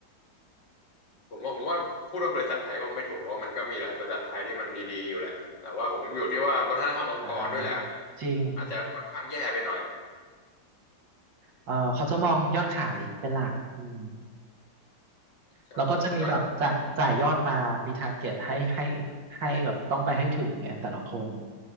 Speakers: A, on the left; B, on the right.
A: ผมว่าผมว่าพูดว่าบริษัทไทยก็คงไม่ถูกเพราะว่ามันก็มีหลายบริษัทไทยที่มันดีๆอยู่แหละแต่ว่าผมอยู่ที่ว่าวัฒนธรรมองค์กรด้วยแหละอาจจะ
B: อ่าจริง
A: อาจจะค่อนข้างแย่ไปหน่อย
B: เออเขาจะมองยอดขายเป็นหลักอืม
A: ใช่ใช่ก็
B: แล้วก็จะมีแบบจะจ่ายยอดมามีทาร์เก็ตให้ให้ให้แบบต้องไปให้ถึงไงแต่ละคน